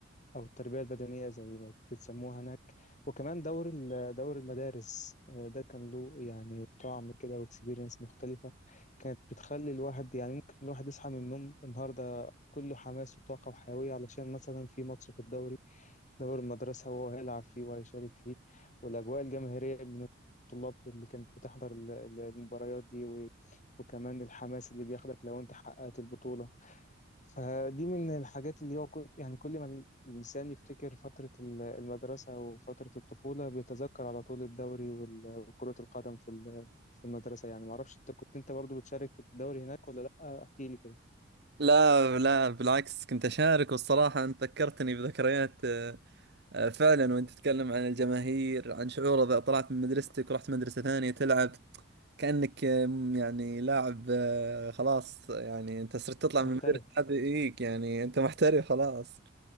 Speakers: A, on the left; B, on the right.
A: او التربيه البدنيه زي ما بتسموها هناك وكمان دور ال- دور المدارس آه، ده كان له يعني طعم كده واكسبيرينس مختلفه كانت بتخلي الواحد يعني ممكن الواحد يصحى من النوم النهارده كله حماس وطاقه وحيويه علشان مثلا في ماتش في الدوري دور المدرسة وهو هيلعب فيه وهيشارك فيه والأجواء الجماهيرية من الطلاب اللي كانت بتحضر ال- ال- المباريات دي و... وكمان الحماس اللي بياخدك لو أنت حققت البطولة فدي من الحاجات اللي هو كل... يعني كل ما الإنسان يفتكر فترة ال- المدرسة وفترة الطفولة بيتذكر على طول الدوري وال- وكرة القدم في ال- في المدرسة يعني معرفش أنت كنت أنت برضو بتشارك في الدوري هناك ولا لأ احكي لي كده
B: لا لا بالعكس كنت أشارك والصراحة أنت ذكرتني بذكريات آه، آه، فعلا وأنت تتكلم عن الجماهير عن شعور إذا طلعت من مدرستك ورحت مدرسة ثانية تلعب كأنك آه، م- يعني لاعب آه، خلاص يعني أنت صرت تطلع
A: محترف
B: من المدرسة هذه إيك يعني أنت محترف خلاص